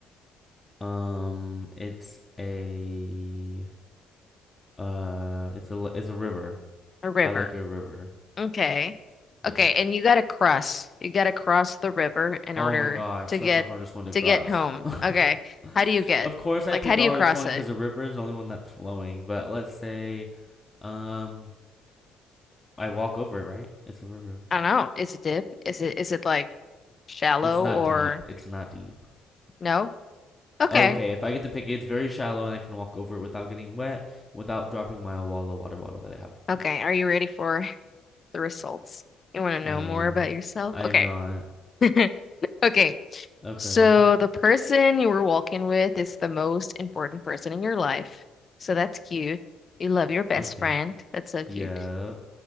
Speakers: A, on the left; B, on the left.
A: Um, it's a uh, it's a it's a river.
B: a river?
A: I like a river.
B: Okay.
A: Yeah.
B: Okay, and you gotta cross. You gotta cross the river in
A: Oh
B: order
A: my gosh,
B: to
A: that's
B: get
A: the hardest one to
B: to
A: cross.
B: get home.
A: <laughs>
B: Okay. How do you get?
A: Of course, I
B: Like
A: picked
B: how do
A: the
B: you
A: hardest
B: cross
A: one
B: it?
A: because the river is the only one that's flowing. But let's say, um, I walk over it, right? It's a river.
B: I don't know. Is it deep? Is it is it like shallow
A: It's not
B: or
A: deep. It's not deep.
B: no? Okay.
A: Okay, if I get to pick, it, it's very shallow and I can walk over it without getting wet, without dropping my Awala water bottle that I have with
B: Okay.
A: me.
B: Are you ready for the results? You want to
A: I
B: know
A: am.
B: more about yourself?
A: I am
B: Okay.
A: not.
B: <laughs> Okay.
A: Okay.
B: So the person you were walking with is the most important person in your life. So that's cute. You love your best
A: Okay.
B: friend. That's so cute.
A: Yep.